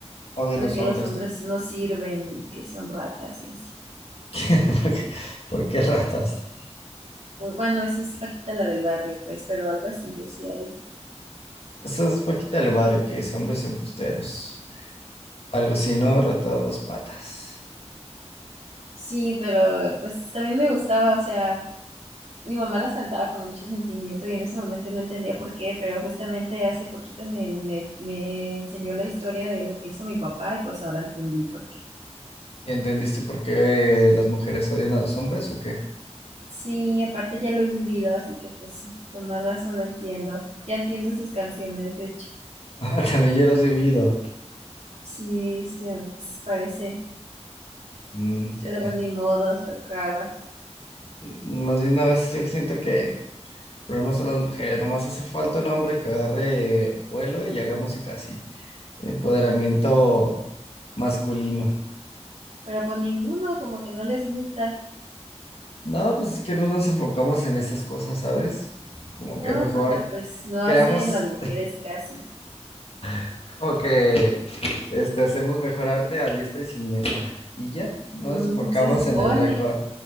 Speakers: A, on the left; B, on the right.
A: O de
B: o
A: los
B: de que
A: hombres
B: los hombres
A: también.
B: no sirven y que son ratas y así.
A: <laughs> ¿Por qué, por qué ratas?
B: Pues bueno, esa es Paquita la del barrio, pues, pero algo así decía ella.
A: Eso es Paquita del Barrio, que es hombres embusteros. Algo así, ¿no? Rata de dos patas.
B: Sí, pero pues también me gustaba, o sea. Mi mamá las cantaba con mucho sentimiento y en ese momento no entendía por qué, pero justamente hace poquito me, me, me enseñó la historia de lo que hizo mi papá y pues ahora entendí por qué.
A: ¿Y entendiste por qué las mujeres odian a los hombres o qué? <laughs>
B: Sí, aparte ya lo he vivido, así que pues con más razón lo entiendo. Ya entiendo sus canciones, de hecho.
A: Ah, también yo lo he vivido.
B: Sí, es que pues, parece,
A: Mm, ya.
B: pero pues ni modo, tocaba.
A: Mm, Más bien a veces yo siento que problemas a las mujeres. Nomás hace falta un hombre que agarre vuelo y haga música así. Empoderamiento masculino.
B: Pero pues ninguno como que no les gusta,
A: No, pues es que no nos enfocamos en esas cosas, ¿sabes? Como
B: ¿no?
A: que mejor
B: Porque pues no
A: Creamos
B: hacen las mujeres casi.
A: <laughs> como que este, hacemos mejor arte a diestra y siniestra. Y ya, no
B: Mm,
A: nos enfocamos
B: se supone.
A: en el rencor.